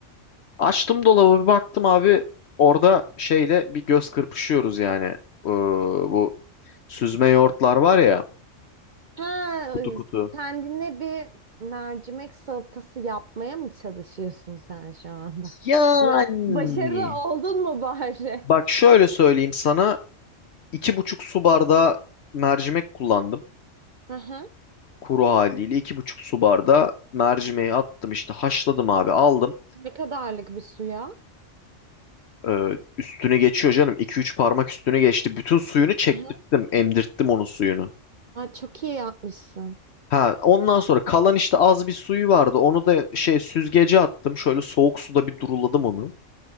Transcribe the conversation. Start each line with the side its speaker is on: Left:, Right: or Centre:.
Left: Açtım dolabı bir baktım abi orada şeyle bir göz kırpışıyoruz yani. Ee, bu süzme yoğurtlar var ya
Right: Ha,
Left: kutu kutu.
Right: kendine bir mercimek salatası yapmaya mı çalışıyorsun sen şu anda?
Left: Yani
Right: <laughs> Ya başarılı oldun mu bari?
Left: bak şöyle söyleyeyim sana iki buçuk su bardağı mercimek kullandım.
Right: Aha.
Left: kuru haliyle iki buçuk su bardağı mercimeği attım işte haşladım abi aldım.
Right: Ne kadarlık bir suya?
Left: Ee, üstüne geçiyor canım. iki üç parmak üstüne geçti. Bütün suyunu çektirttim.
Right: Aha.
Left: Emdirttim onun suyunu.
Right: Aa, çok iyi yapmışsın.
Left: Ha, ondan sonra kalan işte az bir suyu vardı. Onu da şey süzgece attım. Şöyle soğuk suda bir duruladım onu.